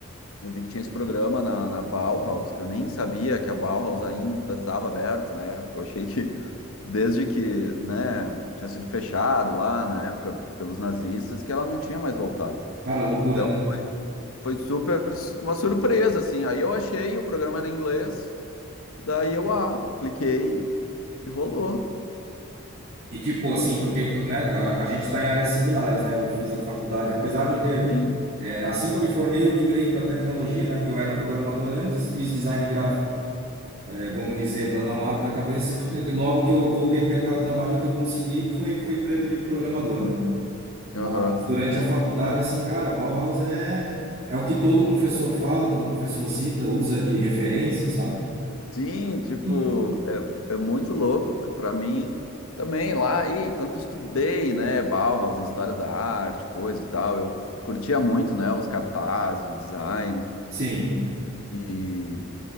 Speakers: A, on the left; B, on the right.
A: eu vi que tinha esse programa na, na Bauhaus, que eu nem sabia que a Bauhaus ainda estava aberto na época. Eu achei que desde que, né, tinha sido fechado lá na época pelos nazistas, que ela não tinha mais voltado.
B: Cara, loucura,
A: Então,
B: né?
A: foi super uma surpresa, assim. Aí eu achei, o programa era em inglês, daí eu ah, apliquei e rolou.
B: E tipo assim, porque né, a, a gente está em áreas similares, né? Eu fiz a faculdade, apesar de eu ter,
A: Sim.
B: é, assim que eu me formei, eu migrei para tecnologia, né? Porque eu era programador antes, fiz design gráfico. É, vamos dizer, para dar um ar para a cabeça, <laughs> logo que eu voltei para o mercado de trabalho, o que eu consegui foi, foi emprego de programador, né? Mas
A: Aham.
B: durante a faculdade, assim, cara, Bauhaus é, é o que todo professor fala, todo professor cita, usa de referência, sabe?
A: Sim, tipo,
B: E,
A: é, é muito louco, porque para mim também lá, e quando eu estudei, né, Bauhaus em história da arte, coisa e tal, eu curtia muito, né, os cartazes, o design
B: sim.
A: e